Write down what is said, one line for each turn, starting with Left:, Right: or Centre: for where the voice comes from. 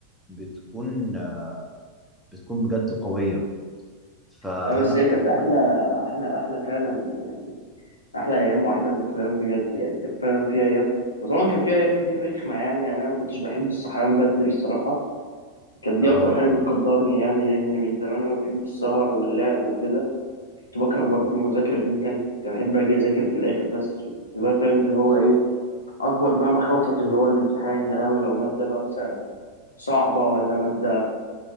Centre: بتكون آه بتكون بجد قويه ف... فانا
Left: لا بس هي
Centre: بكلمك
Left: كانت احلى احلى احلى فعلا يعني احلى ايام واحلى ذكريات بجد يعني كان فعلا في ايام وطبعا كان في ايام كتير رخمه يعني يعني انا ما كنتش بحب الصحيان بدري الصراحه كانت دي
Centre: اه
Left: اكتر حاجه بتقدرني يعني لان من زمان وانا بحب السهر واللعب وكده كنت بكره برضه المذاكره جدا كنت بحب اجي اذاكر في الاخر بس كنت بقى فاهم اللي هو ايه اكبر بقى مخاوفك اللي هو الامتحان يا لهوي لو ماده بقى مثلا صعبه ولا ماده